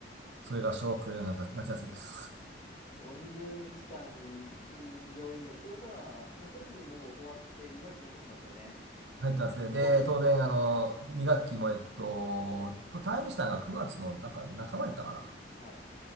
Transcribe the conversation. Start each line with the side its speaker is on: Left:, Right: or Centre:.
Right: それが小学校年の夏休みです。
Left: 40日間、うん病院で。ってことは、夏休みももう終わって2学期に入ってますよね。
Right: 入ってますね。で、
Left: 後半の方は。
Right: 当然、あの、2学期も、えっと、退院したのが9月のなんか半ばやったかな。
Left: はい。